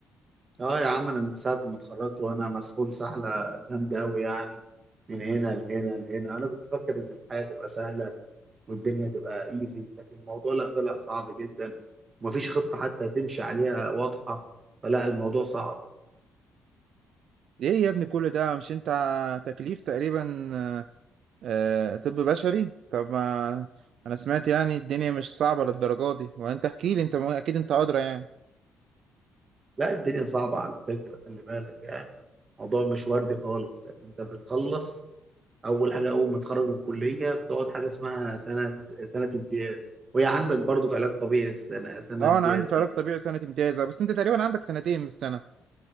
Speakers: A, on the right; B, on the right.
A: اه يا عم انا من ساعه ما اتخرجت وانا مسحول سحله جامده قوي يعني من هنا لهنا لهنا انا كنت فاكر ان الحياه تبقى سهله والدنيا تبقى ايزي لكن الموضوع لا طلع صعب جدا ومفيش خطه حتى تمشي عليها واضحه فلا الموضوع صعب
B: ايه يا ابني كل ده مش انت تكليف تقريبا آه آه، طب بشري طب ما انا سمعت يعني الدنيا مش صعبه للدرجه دي وانت احكي لي انت م- اكيد انت ادرى يعني
A: لا الدنيا صعبه على فكره خلي بالك يعني الموضوع مش وردي خالص انت بتخلص اول حاجه اول ما تتخرج من الكليه بتقعد حاجه اسمها سنه سنه امتياز وهي عندك برضه في علاج طبيعي السنه سنه
B: اه
A: امتياز
B: انا عندي في علاج طبيعي سنه امتيازه بس انت تقريبا عندك سنتين مش سنه